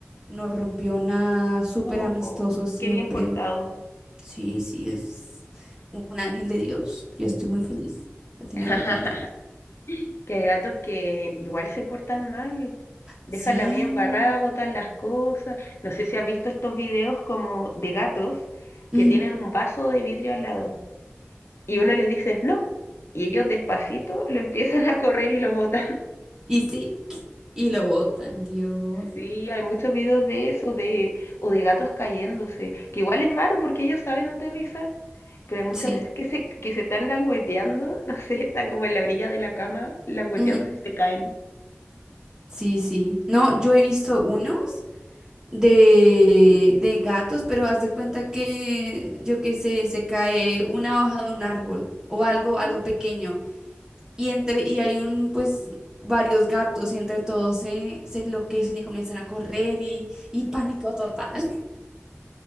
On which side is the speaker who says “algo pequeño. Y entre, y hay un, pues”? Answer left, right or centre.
Right